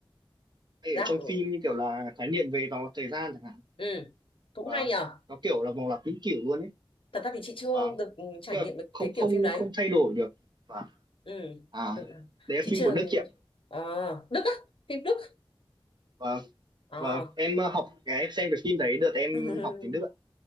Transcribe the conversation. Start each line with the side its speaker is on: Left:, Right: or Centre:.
Right: hay
Left: đáp
Right: ở trong
Left: ừ
Right: phim như kiểu là khái niệm về vòng lặp thời gian chẳng hạn
Left: Ừ. cũng
Right: và
Left: hay nhở
Right: nó kiểu là vòng lặp vĩnh cửu luôn ấy
Left: thật ra thì chị chưa
Right: và
Left: được trải
Right: kiểu
Left: nghiệm
Right: là
Left: được
Right: không
Left: cái
Right: không
Left: kiểu phim đấy
Right: không thay đổi được và
Left: ừ
Right: à
Left: Ừ.
Right: đấy là
Left: chị
Right: phim
Left: chưa
Right: của Đức chị ạ
Left: ờ Đức á phim Đức
Right: và
Left: Ờ
Right: và em ờ, học cái em xem cái phim đấy đợt em
Left: <laughs>
Right: học tiếng Đức ạ